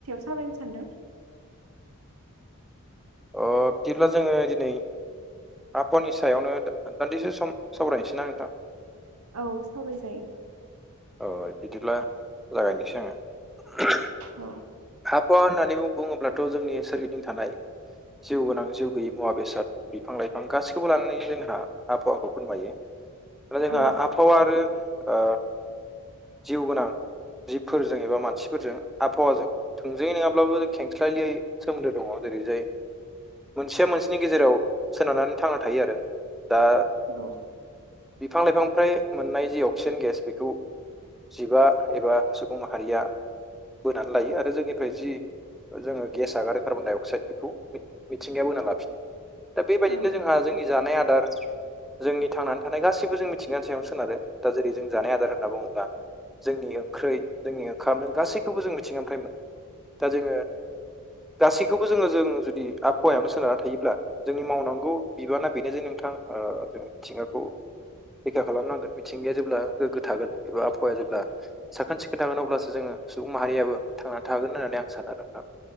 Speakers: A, on the right; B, in the centre.
A: थाबायनो सानदों
B: अ बिदिब्ला जोङो दिनै आबहावानि सायावनो दान्दिसे सम सावरायनोसै ना नोंथां
A: औ सावराय जायो
B: औ बिदिब्ला जागायनोसै आङो
A: औ
B: आफहावा होननानै बुङोब्लाथ' जोंनि सोरगिदिं थानाय जिउ गोनां जिउ गैयि मुवा बेसाद बिफां लाइफां गासैखौबो लानानै जोंहा आबहावाखौ फोरमायो दा
A: औ
B: जोंहा आबहावा आरो ओ जिउ गोनां जिबफोरजों एबा मानसिफोरजों आबहावाजों थोंजोायै नङाब्लाबो जों खेंस्लायलियै सोमोन्दो दङ जेरै जाय मोनसेया मोनसेनि गेजेराव सोनारनानै थांना थायो आरो दा
A: औ
B: बिफां लाइफांनिफ्राय मोननाय जि अक्सिजेन गेस बेखौ जिबा एबा सुबुं माहारिया बोनानै लायो आरो जोंनिफ्राय जि जोङो गेस आगार आरो कार्बन डाइ अक्साइद बेखौ मिथिंगायाव बोना लाफिनो दा बेबायदिनो
A: औ
B: जोंहा जोंनि जानाय आदार जोंनि थांनानै थानाय गाससिबो जों मिथिंगानि सायावनो सोनारो दा जेरै जों जानाय आदार होनना बुङोब्ला जोंनि ओंख्रैय जोंनि ओंखाम जों गासैखौबो जों मिथिंगानिफ्राय मोनो दा जोङो गासैखौबो जोङो जों जुदि आबहावायावनो सोनारना थायोब्ला जोंनि मावनांगौ बिबाना बेनो जे नोंथां ओ जों थिंगाखौ रैखा खालामनांगोन मिथिंगाया जेब्ला गोग्गो थागोन एबा आबहावाया जेब्ला साखोन सिखोन थागोन अब्लासो जोङो सुबुं माहारियाबो थांनानै थागोन होननानै आं सानो नोंथां